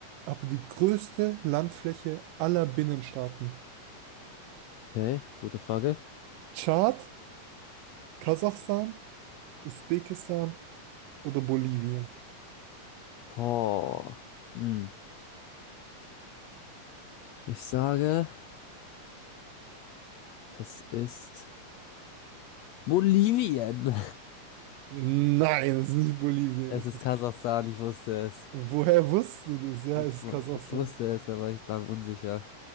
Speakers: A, on the right; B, on the left.
A: aber die größte Landfläche aller Binnenstaaten?
B: Okay, gute Frage.
A: Tschad, Kasachstan, Usbekistan oder Bolivien?
B: Boah. Hm. Ich sage, es ist Bolivien. <laughs>
A: Nein, es ist nicht Bolivien.
B: Es ist Kasachstan, ich wusste es.
A: Woher wusstest du das? Ja,
B: Ich,
A: es ist
B: wu-
A: Kasachstan.
B: ich wusste es, aber ich war unsicher.